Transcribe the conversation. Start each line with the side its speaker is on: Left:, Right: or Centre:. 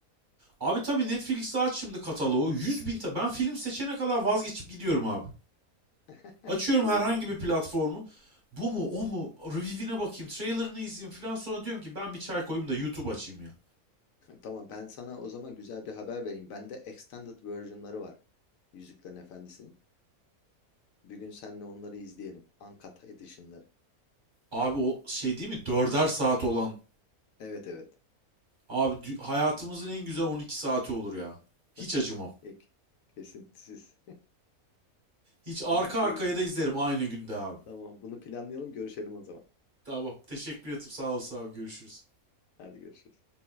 Right: abi tabii Netflix'te aç şimdi kataloğu 100 bin ta ben film seçene kadar vazgeçip gidiyorum abi.
Left: <laughs>
Right: Açıyorum
Left: Doğru.
Right: herhangi bir platformu. Bu mu o mu review'ine bakayım trailerını izleyeyim filan sonra diyorum ki ben bir çay koyayım da YouTube açayım ya.
Left: Tamam ben sana o zaman güzel bir haber vereyim. Bende extended version'ları var. Yüzüklerin Efendisi'nin. Bir gün seninle onları izleyelim. Uncut edition'ları.
Right: Abi o şey değil mi dörder saat olan
Left: Evet evet.
Right: Abi hayatımızın en güzel 12 saati olur ya. Hiç
Left: <laughs>
Right: acımam.
Left: Peki. Kesintisiz. <laughs>
Right: Hiç
Left: Tamam
Right: arka
Left: görüşürüz
Right: arkaya da izlerim
Left: o zaman.
Right: aynı günde abi.
Left: Tamam bunu planlayalım görüşelim o zaman.
Right: Tamam. Teşekkür ederim. Sağ olasın abi. Görüşürüz.
Left: Hadi görüşürüz.